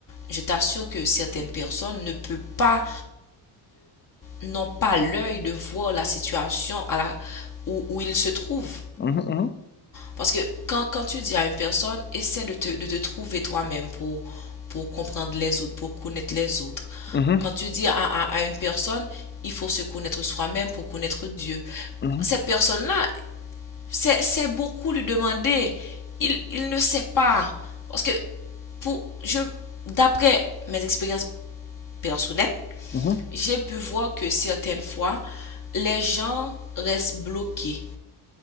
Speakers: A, on the left; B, on the left.
A: Je t'assure que certaines personnes ne peuvent pas, n'ont pas l'œil de voir la situation à la, où, où ils se trouvent.
B: Mhm,
A: Parce que quand, quand tu dis à une personne, essaie de te, de te trouver toi-même pour, pour comprendre les autres, pour connaître les autres.
B: mhm,
A: Quand tu dis à, à- à une personne, il faut se connaître soi-même pour connaître Dieu.
B: mhm,
A: Cette personne-là, c'est c'est beaucoup lui demander. Il, il ne sait pas. Parce que pour, je, d'après mes expériences personnelles,
B: mhm,
A: j'ai pu voir que certaines fois, les gens restent bloqués